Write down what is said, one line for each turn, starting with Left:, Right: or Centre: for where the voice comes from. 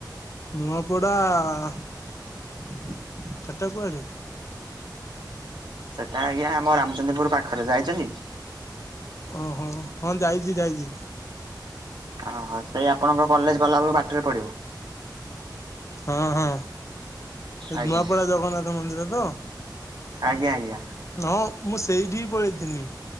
Left: ନୂଆପଡା ସେଟା କୁଆଡେ?
Right: ସେଟା ଆଜ୍ଞା ଆମ ରାମଚନ୍ଦ୍ରପୁର ପାଖରେ ଯାଇଛନ୍ତି?
Left: ଓହୋ ହଁ ଯାଇଛି ଯାଇଛି
Right: ଓହୋ ସେଇ ଆପଣଙ୍କ କଲେଜ ଗଲାବେେଳକୁ ବାଟରେ ପଡିବ।
Left: ହଁ ହଁ ଏ
Right: ଆଜ୍ଞା
Left: ନୂଆପଡା ଜଗନ୍ନାଥ ମନ୍ଦିର ତ।
Right: ଆଜ୍ଞା ଆଜ୍ଞା।
Left: ହଁ ମୁଁ ସେଇଠି ହିଁ ପଳେଇଥିନି।